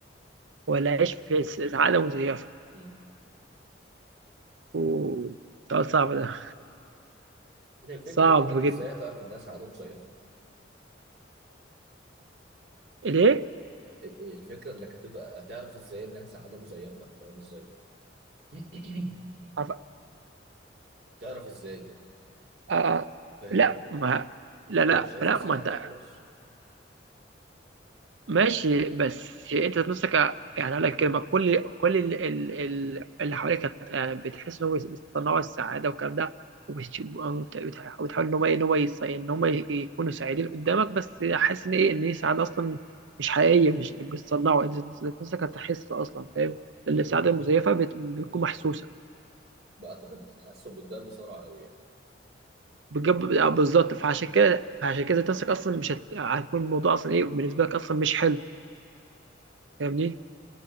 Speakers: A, on the right; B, on the right.
A: ولا أعيش في س- سعادة مزيفة؟
B: مم.
A: أوه سؤال صعب ده
B: هي الفكرة
A: صعب
B: برضه انك
A: جدا
B: ازاي هتعرف انها سعادة مزيفة
A: ليه؟
B: ال- الفكرة انك هتبقى هتعرف ازاي انها سعادة مزيفة فاهم ازاي؟ <clears throat>
A: عف-
B: هتعرف ازاي
A: آه...
B: فاهم
A: لا
B: يعني
A: ما
B: انت
A: لا
B: تبقى
A: لا
B: شايفها
A: لا
B: سعاده
A: ما أنت
B: وخلاص
A: ماشي بس انت ذات نفسك يعني اقول لك كلمه كل كل ال- ال- ال- اللي حواليك هت- يعني بتحس ان هو بيصنعوا السعاده والكلام ده وبتش- وبت- بتح- وبتحاول ان هو ايه ان هو يص- ان هم ي- يكونوا سعيدين قدامك بس حاسس ان ايه ان هي سعاده اصلا مش حقيقيه مش بتصنعوا انت ذات نفسك هتحس اصلا فاهم لان
B: امم
A: السعاده المزيفه بت- بتكون محسوسه
B: بعتقد بتتحسن قدام بسرعه قوي يعني
A: بتجيب آه، بالظبط فعشان كده فعشان كده ذات نفسك اصلا مش هت... هيكون الموضوع اصلا ايه بالنسبه لك اصلا مش حلو فاهمني